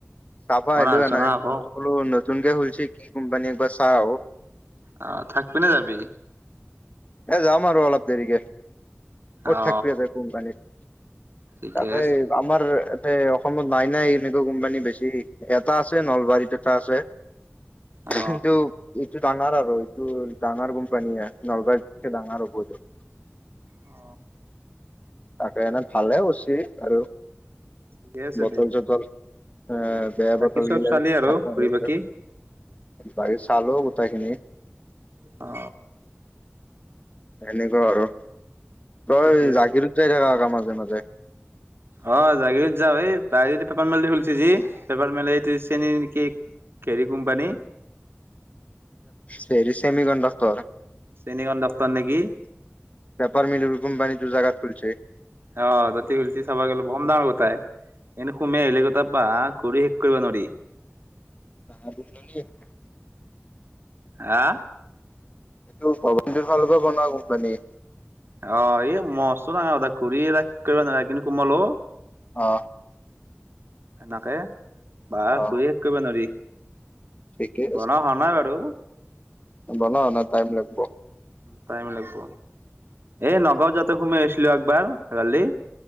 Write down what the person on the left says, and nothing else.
চাব আহিলো
এনেই
সকলো তুনকে খুলিছে কি কোম্পানী একবাৰ চাও।
এ যাম আৰু অলপ দেৰিকে ক'ত
থাকবি ইয়াতে কোম্পানীত
তাতে
আমাৰ তে অসমত নাই নাই এনেকুৱা কোম্পানী বেছি এটা আছে নলবাৰীত এটা আছে।
কিন্তু এইটো ডাঙৰ আৰু এইটো ডাঙৰ কোম্পানী নলবাৰ- ডাঙৰ ওপৰতো
তাকে এনে ভালে উৰচি আৰু
বতল
ছতল হে বেয়া
বতল
গিলা
<unintelligible>
বায়ি চালো গোটেই খিনি
এনেকুৱা আৰু ৰ
এ জাগিৰোতে থাকা কাম মাজে মাজে
চেৰি চেমি কণ্ডক্টৰ
পেপাৰ মিলৰ কোম্পানীটো জাগাত খুলিছে।
<unintelligible>
এইটো ভৱনটো নিজৰ ফালৰ পৰা বনোৱা কোম্পানী।
অ
অ
ঠিকে
বনাই হোৱা নাই টাইম লাগিব।